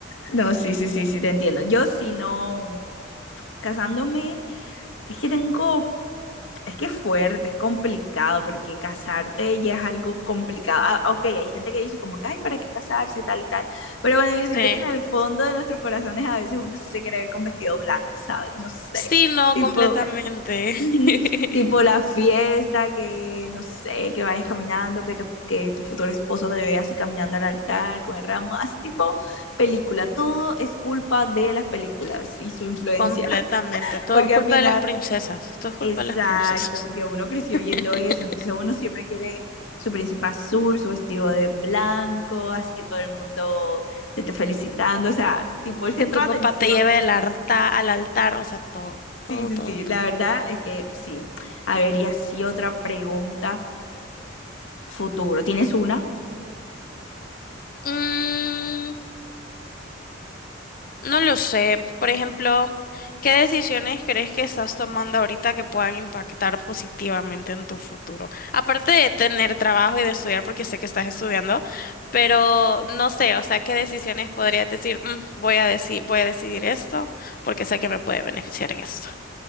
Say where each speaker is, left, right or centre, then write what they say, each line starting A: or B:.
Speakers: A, on the left; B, on the left.
A: No, sí, sí, sí, sí, te entiendo. Yo si no, casándome, es que tengo es que es fuerte, es complicado, porque casarte ya es algo complicado. Ah, ok, hay gente que dice como que, ay, ¿para qué casarse? Tal y tal. Pero bueno, yo siento
B: Sí.
A: que en el fondo de nuestros corazones a veces uno sí se quiere ver con vestido blanco, ¿sabes? No sé.
B: Sí, no,
A: Tipo,
B: completamente.
A: ujú,
B: <laughs>
A: tipo la fiesta, que no sé, que vayas caminando, que, tu- que tu futuro esposo te vea así caminando al altar con el ramo, así tipo película. Todo es culpa de las películas y su influencia,
B: Completamente.
A: <laughs>
B: Todo
A: porque
B: es culpa
A: al final
B: de las princesas. Todo es culpa
A: Exacto,
B: de las princesas.
A: porque uno creció viendo
B: <laughs>
A: eso, entonces uno siempre quiere su príncipe azul, su vestido de blanco, así que todo el mundo te esté felicitando, o sea, tipo el centro
B: Que tu
A: de
B: papá
A: atención.
B: te lleve el alta- al altar, o sea, todo,
A: Sí,
B: todo,
A: sí,
B: todo,
A: sí,
B: todo.
A: la verdad es que sí. A ver, y así otra pregunta futuro. ¿Tienes una?
B: Mm, no lo sé. Por ejemplo, ¿qué decisiones crees que estás tomando ahorita que puedan impactar positivamente en tu futuro? Aparte de tener trabajo y de estudiar, porque sé que estás estudiando, pero no sé, o sea, ¿qué decisiones podrías decir? "Mm, voy a deci- voy a decidir esto porque sé que me puede beneficiar en esto.